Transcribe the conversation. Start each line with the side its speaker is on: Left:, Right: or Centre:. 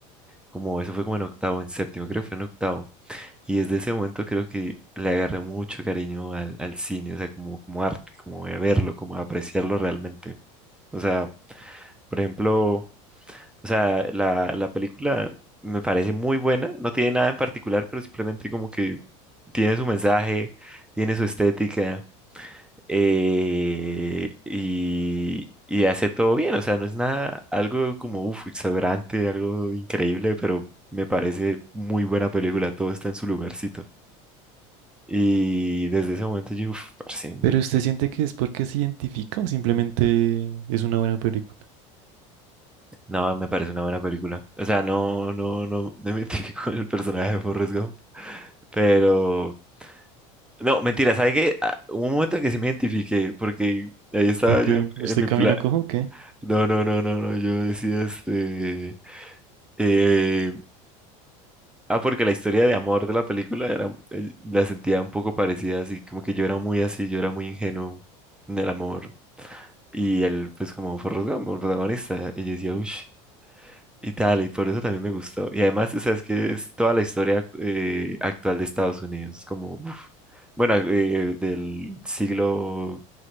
Centre: como eso fue como en octavo, en séptimo, creo que fue en octavo. Y desde ese momento creo que le agarré mucho cariño al, al cine, o sea, como, como arte, como a verlo, como a apreciarlo realmente. O sea, por ejemplo, o sea, la, la película me parece muy buena, no tiene nada en particular, pero simplemente como que tiene su mensaje, tiene su estética, eh, y, y hace todo bien, o sea, no es nada, algo como, uf, exagerante, algo increíble, pero me parece muy buena película, todo está en su lugarcito. Y desde ese momento yo, uff, parce, me,
Right: ¿Pero usted
Centre: me-
Right: siente que es porque se identifica o simplemente es una buena película?
Centre: no, me parece una buena película. O sea, no, no, no, no me <laughs> identifico con el personaje de Forrest Gump, pero, no, mentira, ¿sabe qué? Ah, Hubo un momento que sí me identifiqué, porque ahí estaba
Right: Porque
Centre: yo en,
Right: usted
Centre: en mi
Right: camina
Centre: plan,
Right: cojo, o ¿qué?
Centre: no, no, no, no, no, yo decía, este, eh, ah, porque la historia de amor de la película era, eh, la sentía un poco parecida, así, como que yo era muy así, yo era muy ingenuo en el amor, y él, pues, como Forrest Gump, el protagonista, y yo decía, uff. Y tal, y por eso también me gustó. Y además, o sea, es que es toda la historia act- eh, actual de Estados Unidos. Es como, uf. Bueno, eh, del siglo